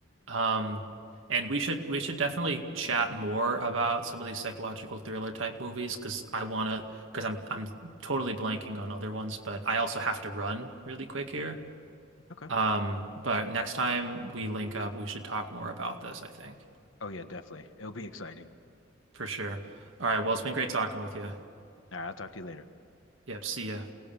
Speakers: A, on the right; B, on the left.
A: Um, and we should we should definitely chat more about some of these psychological thriller type movies because I wanna because I'm I'm totally blanking on other ones, but I also have to run really quick here.
B: Okay.
A: Um, but next time we link up, we should talk more about this, I think,
B: Oh yeah, definitely. It'll be exciting.
A: for sure. All right, well, it's been great talking with you.
B: All right, I'll talk to you later.
A: Yep, see ya.